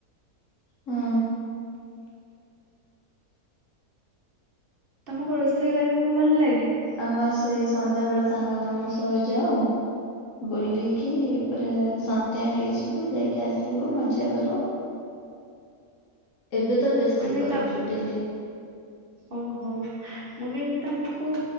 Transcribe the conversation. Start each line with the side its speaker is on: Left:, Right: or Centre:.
Left: ହଁ।
Right: ତମକୁ ରୋଷେଇ କରିବାକୁ ଭଲ୍ ଲାଗେ?
Left: ଆମେ ସେଇ ସନ୍ଧ୍ୟାବେଳେ ସାଙ୍ଗ ମାନଙ୍କ ସହ ଯାଉ। ବୁଲିକି ପୁରା ସନ୍ଧ୍ୟା ହେଇଯିବ ଯାଇକି ଆସିବୁ ମଜା କରୁ। ଏବେ ତ ବେଶୀ
Right: ମାନେ
Left: କରୁଛୁ
Right: ତ
Left: ଡେଲି।
Right: ଓହୋ ମୁଁ କହିଲି ତମକୁ